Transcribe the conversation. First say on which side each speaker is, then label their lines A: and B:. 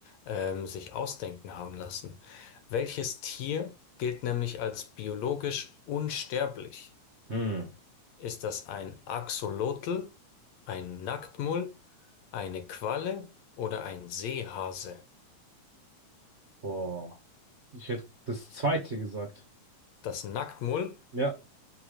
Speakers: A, on the left; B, on the right.
A: ähm, sich ausdenken haben lassen. Welches Tier gilt nämlich als biologisch unsterblich?
B: Hm.
A: Ist das ein Axolotl, ein Nacktmull, eine Qualle oder ein Seehase?
B: Boah. Ich hätte das zweite gesagt.
A: Das Nacktmull.
B: Ja.